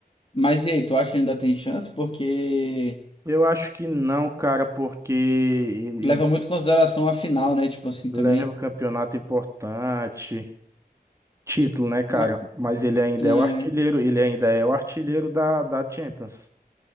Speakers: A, on the left (about 35°); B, on the right (about 20°).
A: Mas e aí, tu acha que ele ainda tem chance? Porque
B: Eu acho que não, cara, porque ele
A: leva muito em consideração a final, né, tipo assim,
B: leva
A: também.
B: o campeonato importante, título, né, cara?
A: Ma-
B: Mas ele ainda
A: é.
B: é o artilheiro, ele ainda é o artilheiro da, da Champions.